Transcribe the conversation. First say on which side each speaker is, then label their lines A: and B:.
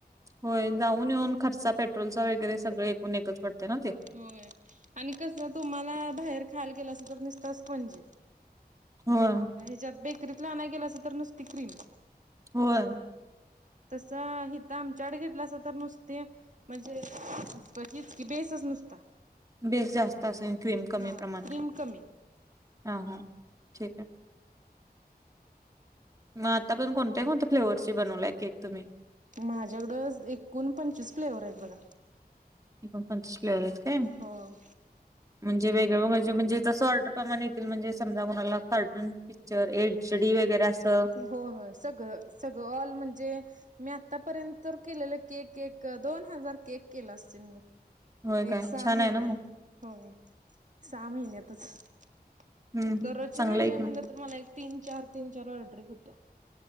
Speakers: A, on the right; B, on the right.
A: होय जाऊन येऊन खर्चा पेट्रोलचा वगैरे सगळं एकूण एकच पडतय ना ते
B: होय आणि कसं तुम्हाला बाहेर खायला गेलो असतो तर निसता स्पंजी
A: होय
B: ह्याच्यात बेकरीतला आणाय गेल असत तर नुसती क्रीम
A: होय
B: तसा हिथ आमच्याकड घेतलसा तर नुसते म्हणजे बघीच की बेसच नुसता
A: बेस जास्त असेल, क्रीम कमी
B: हा
A: प्रमाण
B: क्रीम कमी
A: हा हा ठीक आहे मग आतापर्यंत कोणत्या कोणत्या फ्लेवरचे बनवलाय केक तुम्ही
B: माझ्याकड ज एकूण पंचवीस फ्लेवर आहेत बघा.
A: ऐकूण पंचवीस फ्लेवर आहेत काय?
B: हो
A: म्हणजे वेगळं व्हरजन म्हणजे जस ऑर्डर प्रमाणे येतील म्हणजे समजा कोणाला कार्टून की त्याच्या वर एचडी वगैरे असं
B: होय होय सगळ सगळ ऑल म्हणजे मी आतापर्यंत तर केलेले केक केक दोन हजार केक केलो असेल मी
A: होय काय
B: एक सहा
A: छान
B: महिन्यात
A: आहे ना मग
B: होय सहा महिन्यातच
A: हम्म हम्म.
B: दरोजच्या
A: चांगलं
B: नाही
A: आहे
B: नाही
A: की
B: म्हणलं
A: मग
B: तर मला एक तीन -चार तीन- चार ऑर्डरी होत्या.